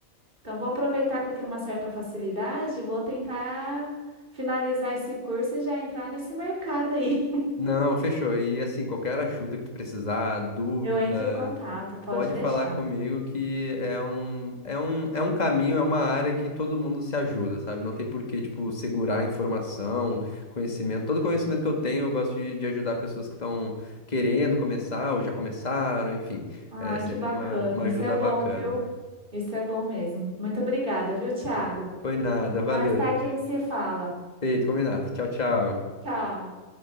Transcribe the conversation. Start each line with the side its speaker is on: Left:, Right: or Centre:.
Right: Então, vou aproveitar que eu tenho uma certa facilidade, vou tentar finalizar esse curso e já entrar nesse mercado aí. <laughs>
Left: Não, fechou. E assim, qualquer ajuda que tu precisar, dúvida,
Right: Eu entro em contato, pode
Left: Pode
Right: deixar.
Left: falar comigo que é um, é um, é um caminho, é uma área que todo mundo se ajuda, sabe? Não tem por que, tipo, segurar informação, conhecimento. Todo conhecimento que eu tenho, eu gosto de, de ajudar pessoas que estão querendo começar ou já começaram, enfim.
Right: Ai,
Left: É sempre
Right: que bacana.
Left: uma, uma ajuda
Right: Isso é bom,
Left: bacana.
Right: viu? Isso é bom mesmo. Muito obrigada, viu, Thiago?
Left: Foi nada,
Right: Mais
Left: valeu.
Right: tarde a gente se fala.
Left: Feito, combinado. Tchau, tchau.
Right: Tchau.